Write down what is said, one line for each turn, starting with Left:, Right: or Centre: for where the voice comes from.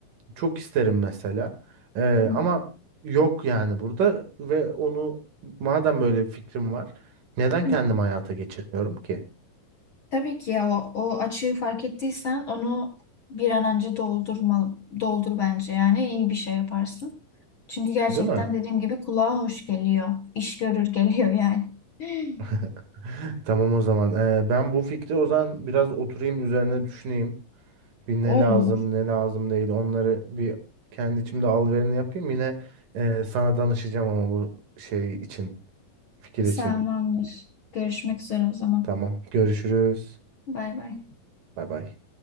Right: çok isterim mesela. Ee,
Left: Hı
Right: ama yok yani burada ve onu madem böyle bir fikrim var neden
Left: hı.
Right: kendim hayata geçirmiyorum ki?
Left: Tabii ki ya o, o açığı fark ettiysen onu bir an önce doldurma, doldur bence. Yani iyi bir şey yaparsın. Çünkü gerçekten
Right: Değil mi?
Left: dediğim gibi kulağa hoş geliyor. İş görür geliyor yani. <laughs>
Right: <laughs> Tamam o zaman. Ee, ben bu fikri o zaman biraz oturayım üzerine düşüneyim. Bir ne
Left: Olur.
Right: lazım ne lazım değil onları bir kendi içimde alverini yapayım. Yine e, sana danışacağım ama bu şey için fikir için.
Left: Tamamdır. Görüşmek üzere o zaman.
Right: Tamam görüşürüz.
Left: Bay bay.
Right: Bay bay.